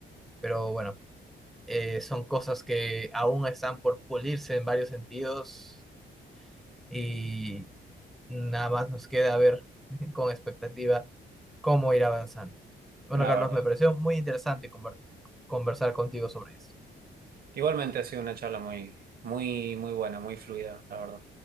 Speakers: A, in the centre; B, on the right (about 50°).
A: Pero bueno, eh, son cosas que aún están por pulirse en varios sentidos y Nada más nos queda ver <laughs> con expectativa cómo ir avanzando. Bueno,
B: la
A: Carlos,
B: verdad.
A: me pareció muy interesante conver- conversar contigo sobre esto.
B: Igualmente ha sido una charla muy, muy, muy buena, muy fluida, la verdad.